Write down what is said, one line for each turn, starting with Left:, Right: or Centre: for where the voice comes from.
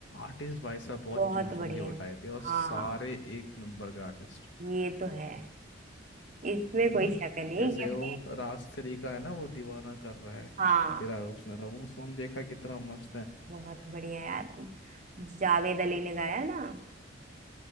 Left: आर्टिस्ट भाई साहब बहुत
Right: बहुत
Left: चुन चुन
Right: बढ़िया
Left: के उठाए
Right: है
Left: थे और
Right: हाँ
Left: सारे एक नंबर के आर्टिस्ट
Right: ये तो है इसमें
Left: है
Right: कोई
Left: ना
Right: शक नहीं
Left: जैसे
Right: कि
Left: वो राज थ्री का है ना वो दीवाना कर रहा है
Right: हाँ
Left: तेरा रूप सुनहरा वो सॉन्ग देखा कितना मस्त है
Right: बहुत बढ़िया यार जावेद अली ने गाया ना